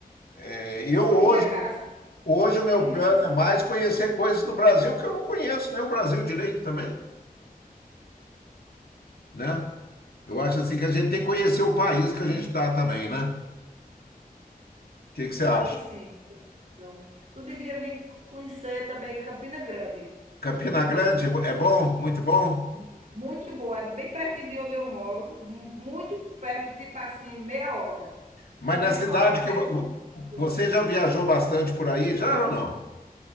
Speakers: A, on the left; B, on the right.
A: é, eu hoje,
B: E a Carasco
A: hoje o meu
B: Vinícius,
A: plano é mais conhecer coisas no Brasil que eu não conheço, nem o Brasil direito também né? Eu acho assim que a gente tem que conhecer o país que
B: sim.
A: a gente está também, né? O que que você acha?
B: Tem sim. Não. Tu devia vir conhecer também Campina Grande.
A: Campina Grande é bom, muito bom.
B: Mu muito boa, é bem pertinho de onde eu moro, mu muito perto, tipo assim, meia hora.
A: Mas
B: Tu devia
A: na cidade
B: colocar
A: que vo-
B: isso nos teus planos.
A: você já viajou bastante por aí, já ou não?